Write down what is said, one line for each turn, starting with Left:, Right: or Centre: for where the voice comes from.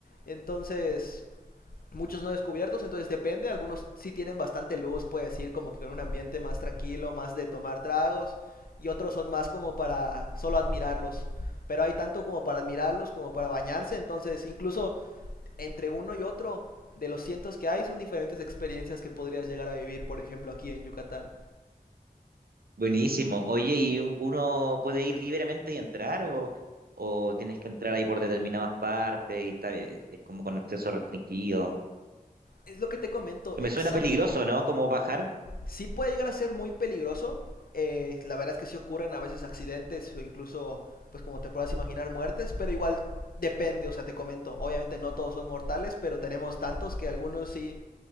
Left: Entonces, muchos no descubiertos, entonces depende, algunos sí tienen bastante luz, puedes ir como que con un ambiente más tranquilo, más de tomar tragos y otros son más como para solo admirarlos. Pero hay tanto como para admirarlos como para bañarse, entonces incluso entre uno y otro de los cientos que hay son diferentes experiencias que podrías llegar a vivir, por ejemplo, aquí en Yucatán.
Right: Buenísimo. Oye, ¿y un- uno puede ir libremente y entrar o, o tienes que entrar ahí por determinadas partes y está bien, es como con acceso restringido?
Left: Es lo que te comento,
Right: Que
Left: exacto.
Right: me suena peligroso, ¿no? Como bajar.
Left: Sí puede llegar a ser muy peligroso. eh, la verdad es que sí ocurren a veces accidentes o incluso, pues como te puedas imaginar, muertes, pero igual depende, o sea, te comento. Obviamente no todos son mortales, pero tenemos tantos que algunos sí